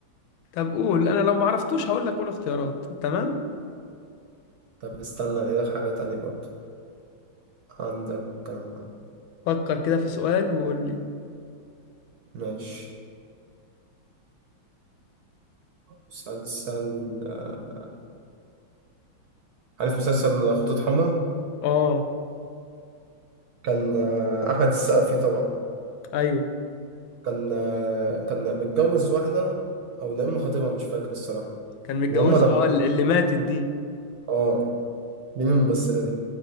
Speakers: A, on the left; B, on the right.
A: طب قول انا لو ما عرفتوش هقول لك قول اختيارات تمام
B: طب استنى الاقي لك حاجة تانية برضو عندك آه،
A: فكر كده في سؤال وقول لي
B: ماشي مسلسل آه، عارف مسلسل خطوط حمراء
A: اه
B: كان آه، أحمد السقا فيه طبعا
A: ايوه
B: كان آه، كان متجوز واحدة أو لا إما خطيبها مش فاكر الصراحة
A: كان متجوزها
B: وهم ده بقى
A: اه اللي ماتت دي
B: اه مين الممثلة دي؟